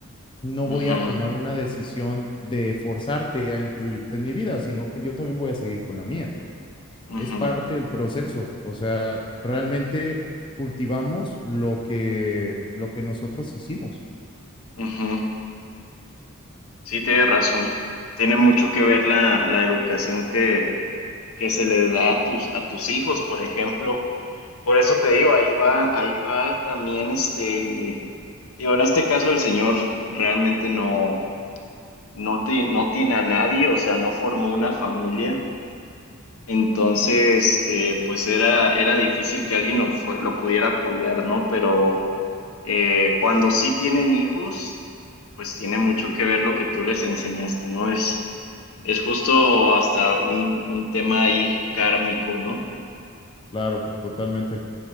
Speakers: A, on the left; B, on the left.
A: no voy
B: Ujú,
A: a tomar una decisión de forzarte a incluirte en mi vida, sino que yo también voy a seguir con la mía
B: ujú,
A: es parte del proceso. O sea, realmente cultivamos lo que, lo que nosotros hicimos.
B: ujú. Sí, tienes razón. Tiene mucho que ver la, la educación que que se les da a tus, a tus hijos, por ejemplo. Por eso te digo, ahí va, ahí va también este, digo, en este caso el señor realmente no, no, ti- no tiene a nadie, o sea, no formó una familia. Entonces, eh, pues era, era difícil que alguien lo, fue- lo pudiera apoyar, ¿no? Pero eh, cuando sí tienen hijos, pues tiene mucho que ver lo que tú les enseñaste, ¿no? Es, es justo hasta un, un tema ahí kármico, ¿no?
A: Claro, totalmente.